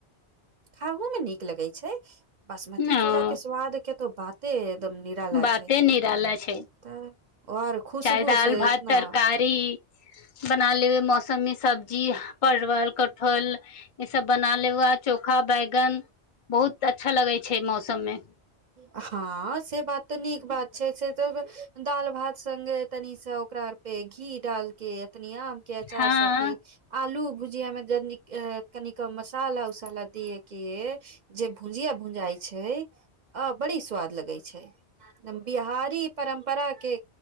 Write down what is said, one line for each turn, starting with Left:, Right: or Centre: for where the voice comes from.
Right: खाहू मे नीक लगै छै बासमती
Left: ओ
Right: चूड़ा के स्वाद के तो बाते एकदम निराला
Left: बाते
Right: छै
Left: निराला छै
Right: तऽ और खुशबू
Left: चाहे दाल
Right: से
Left: भात
Right: इतना
Left: तरकारी बनालेबे मौसम मे सब्जी परवल कटहल ए सब बना लेबे अ चो - -खा बैगन बहुत अच्छा लगै छै मौसम मे
Right: हँ से बात तऽ नीक बात छै से तऽ दालि भात संगे तनि सँ ओकरा पर घी डालि के तनि आम के अचार
Left: हँ
Right: साथे आलू भुजिया मे जनीक ए कनिक मसाला उसाला दियै के जे भुजिया भूजाई छै अऽ बड़ी स्वाद लगै छै एकदम बिहारी परंपरा के